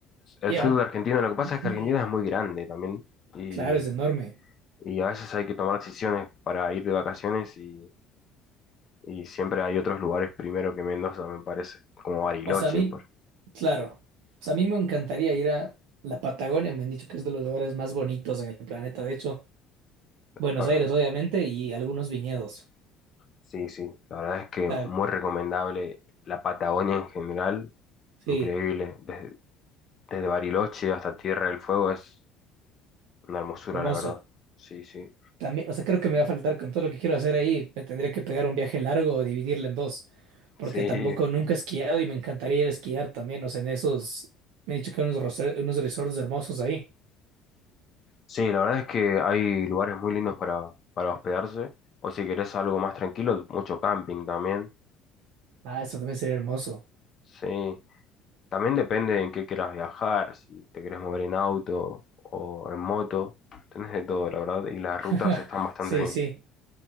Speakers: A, on the left; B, on the right.
A: El
B: Ya.
A: sur de Argentina, lo que pasa
B: <clears throat>
A: es que Argentina es muy grande también y,
B: Claro, es enorme.
A: y a veces hay que tomar decisiones para ir de vacaciones y, y siempre hay otros lugares primero que Mendoza, me parece, como Bariloche.
B: O sea, a mí,
A: Por...
B: claro, o sea, a mí me encantaría ir a la Patagonia, me han dicho que es de los lugares más bonitos en el planeta, de hecho, Buenos
A: ahora,
B: Aires, obviamente, y algunos viñedos.
A: sí, sí, la verdad es
B: O
A: que
B: sea,
A: muy recomendable la Patagonia en general,
B: sí,
A: increíble, desde, desde Bariloche hasta Tierra del Fuego es una hermosura,
B: hermoso.
A: la verdad. Sí, sí.
B: También, o sea, creo que me va a faltar con todo lo que quiero hacer ahí, me tendría que pegar un viaje largo o dividirlo en dos, porque
A: Sí,
B: tampoco nunca he esquiado y me encantaría ir a esquiar también, o sea, en esos, me han dicho que hay unos, roce- unos resorts hermosos ahí.
A: sí, la verdad es que hay lugares muy lindos para, para hospedarse, o si querés algo más tranquilo, mucho camping también,
B: Ah, eso también sería hermoso.
A: sí. También depende en qué quieras viajar, si te querés mover en auto o en moto, tenés de todo, la verdad, y las
B: <laughs>
A: rutas están bastante
B: Sí,
A: bien.
B: sí,